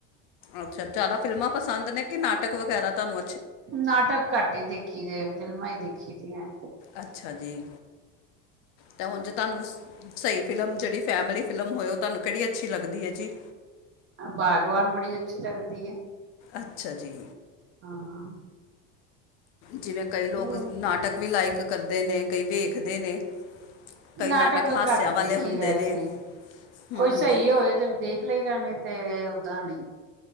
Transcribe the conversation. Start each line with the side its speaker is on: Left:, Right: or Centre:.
Left: ਅੱਛਾ ਜ਼ਾਅਦਾ ਫਿਲਮਾਂ ਪਸੰਦ ਨੇ ਕਿ ਨਾਟਕ ਵਗੈਰਾ ਤੁਆਨੂੰ।
Right: ਨਾਟਕ ਘੱਟ ਈ ਦੇਖੀ ਦੇ ਫਿਲਮਾਂ ਈ ਦੇਖੀ ਦੀਆਂ।
Left: ਅੱਛਾ ਜੀ ਤੇ ਹੁਨ ਜੇ ਤੁਆਨੂੰ ਸਈ ਫਿਲਮ ਜੇੜੀ ਫੈਮਿਲੀ ਫਿਲਮ ਹੋਏ ਓ ਤੁਆਨੂੰ ਕੇੜੀ ਅੱਛੀ ਲੱਗਦੀ ਐ ਜੀ?
Right: ਭਾਗਵਾਨ ਬੜੀ ਅੱਛੀ ਲੱਗਦੀ ਐ।
Left: ਅੱਛਾ ਜੀ।
Right: ਹਾਂ।
Left: ਜਿਵੇਂ ਕਈ ਲੋਕ
Right: ਹੋਰ
Left: ਨਾਟਕ ਵੀ ਲਾਈਕ ਕਰਦੇ ਨੇ ਕਈ ਵੇਖਦੇ ਨੇ। ਕਈ
Right: ਨਾਟਕ
Left: ਹਾਸਿਆ
Right: ਘੱਟ
Left: ਵਾਲੇ
Right: ਦੇਖੀ
Left: ਹੁੰਦੇ
Right: ਦਾ ਅਸੀ
Left: ਨੇ ਹੂੰ
Right: ਕੋਈ
Left: ਹੂੰ
Right: ਸਈ ਹੋਵੇ ਤੇ ਦੇਖ ਨਿਕਲੇ ਜਾਨੇ ਤੇ ਓਦਾਂ ਨਈਂ